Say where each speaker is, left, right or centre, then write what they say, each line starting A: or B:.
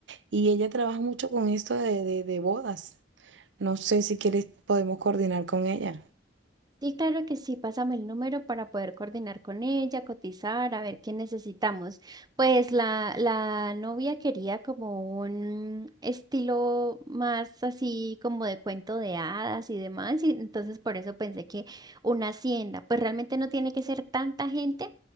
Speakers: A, on the right; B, on the right.
A: y ella trabaja mucho con esto de, de, de bodas. No sé si quieres, podemos coordinar con ella.
B: Sí, claro que sí, pásame el número para poder coordinar con ella, cotizar, a ver qué necesitamos. Pues la, la novia quería como un estilo más así como de cuento de hadas y demás, y entonces por eso pensé que una hacienda, pues realmente no tiene que ser tanta gente.